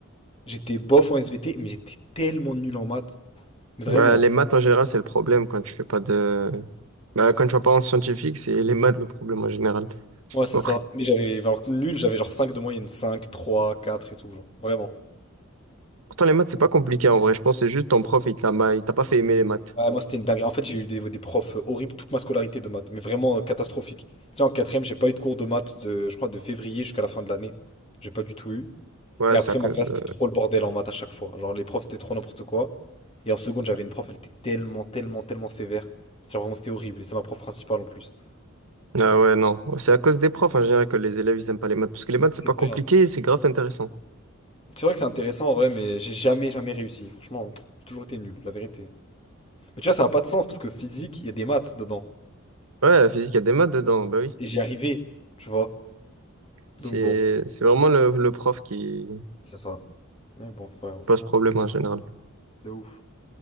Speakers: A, on the left; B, on the right.
A: J'étais bof en SVT, mais j'étais tellement nul en maths. Vraiment.
B: ouais, les maths en général, c'est le problème quand tu fais pas de. Bah, quand tu vas pas en scientifique, c'est les maths le problème en général.
A: Ouais, c'est
B: Après,
A: ça. Mais j'avais, alors que nul, j'avais genre 5 de moyenne. cinq 3 4 et tout, genre. Vraiment.
B: pourtant, les maths, c'est pas compliqué en vrai. Je pense que c'est juste ton prof, il te l'a ma- il t'a pas fait aimer les maths.
A: Ouais, moi, c'était une dinguerie. En fait, j'ai eu des, des profs horribles toute ma scolarité de maths. Mais vraiment euh, catastrophique. Tu sais, en quatrième, j'ai pas eu de cours de maths de, je crois, de février jusqu'à la fin de l'année. J'ai pas du tout eu.
B: Ouais,
A: Et après,
B: c'est à cause.
A: ma classe, c'était
B: euh,
A: trop le bordel en maths à chaque fois. Genre, les profs, c'était trop n'importe quoi. Et en seconde, j'avais une prof, elle était tellement, tellement, tellement sévère. Genre, vraiment, c'était horrible. Et c'est ma prof principale en plus.
B: Ah ouais, non. C'est à cause des profs en général que les élèves, ils aiment pas les maths. Parce que les maths,
A: C'est
B: c'est pas
A: vrai.
B: compliqué,
A: Voilà.
B: et c'est grave intéressant.
A: C'est vrai que c'est intéressant en vrai, mais j'ai jamais, jamais réussi. Franchement, j'ai toujours été nul, la vérité. Mais tu vois, ça n'a pas de sens parce que physique, il y a des maths dedans.
B: Ouais, la physique, il y a des maths dedans. Bah oui.
A: Et j'y arrivais, tu vois.
B: C'est
A: Donc bon,
B: c'est vraiment le, le prof qui
A: c'est ça. Mais bon, c'est pas grave.
B: pose problème en général.
A: De ouf.